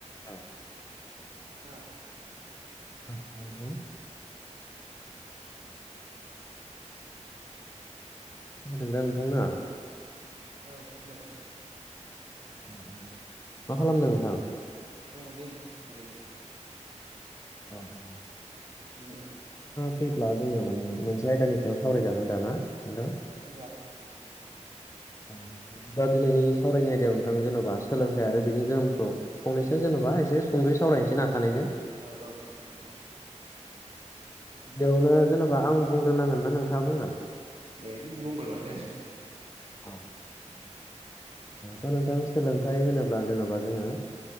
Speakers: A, on the left; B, on the right.
A: औ
B: औ
A: खाना हो होनदों दा नोंथां ना?
B: औ खोनादों
A: अ अ मा खालामदों नोंथां?
B: दङलै नोंथां ओरैनो
A: अ अ
B: <unintelligible>
A: फैब्ला जोङो माने मोनसे आयदानि सायाव सावरायजागोन दाना? नोंथां?
B: जागोन दे हागोन ओं
A: आ दा दिनैनि सावरायनाय आयदायाव नोंथां जेन'बा सोलोंथाइ आरो बिनि गोहोमखौ फंनैसो जेन'बा <unintelligible> एसे सुंदै सावरायसै ना? सानैजों
B: औ औ औ दे
A: बेयावनो जेनेबा आं बुंग्रोनांगोन ना नोंथाङा बुंगोन
B: दे नों बुंग्रोबानो जासिगोन दे
A: <unintelligible> <inaudible> दा नोंथां सोलोंथाइ होनोब्ला जेन'बा जोङो